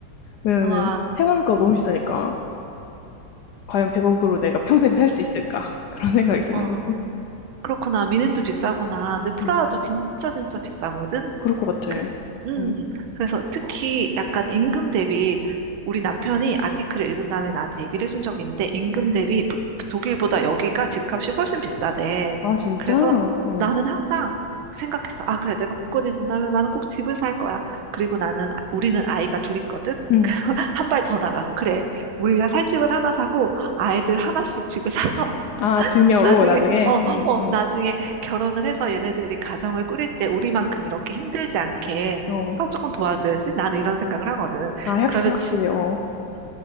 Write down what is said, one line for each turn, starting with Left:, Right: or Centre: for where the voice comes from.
Left: 왜냐면은
Right: 와,
Left: 생활비가 너무
Right: 어,
Left: 비싸니까, 과연 100억으로 내가 평생 살 수 있을까? <laughs> 그런 생각이 드는
Right: 어.
Left: 거지.
Right: 그렇구나. 미넨도 비싸구나. 근데 프라하도
Left: 음,
Right: 진짜 진짜 비싸거든.
Left: 그럴 것 같아.
Right: 그- 음,
Left: 음,
Right: 그래서 특히 약간 임금 대비 우리 남편이 아티클을 읽은 다음에 나한테 얘기를 해준 적이 있는데 임금
Left: 음.
Right: 대비 부- 독일보다 여기가 집값이 훨씬 비싸대.
Left: 아, 진짜?
Right: 그래서
Left: 어,
Right: 나는 항상 생각했어. 아, 그래. 내가 복권이 된다면 나는 꼭 집을 살 거야. 그리고 나는, 아- 우리는 아이가 둘 있거든?
Left: 음.
Right: <laughs> 그래서 한 발 더 나가서. 그래. 우리가 살 집을 하나 사고 아이들 하나씩 집을 사서
Left: 아, 증여로
Right: 나중에,
Left: 나중에?
Right: 어,
Left: 음,
Right: 어,
Left: 음.
Right: 나중에 결혼을 해서 얘네들이 가정을 꾸릴 때 우리만큼 이렇게 힘들지 않게,
Left: 어.
Right: 아, 조금 도와줘야지. 나는 이런 생각을 하거든.
Left: 아, 확실,
Right: 그러면
Left: 확실히,
Right: 집,
Left: 어.
Right: 음,